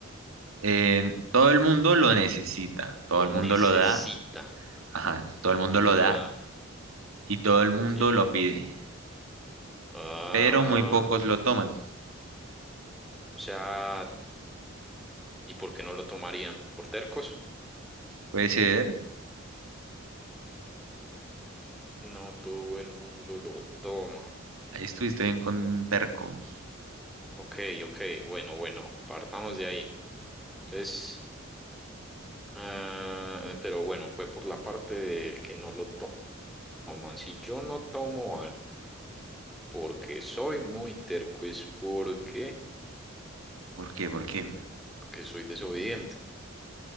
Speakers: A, on the right; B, in the centre.
A: Eh, todo el mundo lo necesita, todo
B: Lo
A: el mundo
B: necesita.
A: lo da, ajá,
B: Todo
A: todo el
B: el
A: mundo
B: mundo
A: lo
B: lo
A: da
B: da.
A: y todo el mundo
B: Sí.
A: lo pide,
B: Ah,
A: pero muy pocos lo toman.
B: o sea, ¿y por qué no lo tomarían? ¿Por tercos?
A: Puede ser,
B: No, todo el mundo lo toma.
A: ahí estuviste bien con Perco.
B: Ok, ok, bueno, bueno, partamos de ahí. Entonces, ah, pero bueno, fue por la parte de que no lo to- toman. Si yo no tomo algo, Porque soy muy terco, es porque,
A: ¿Por qué? ¿Por qué?
B: porque soy desobediente.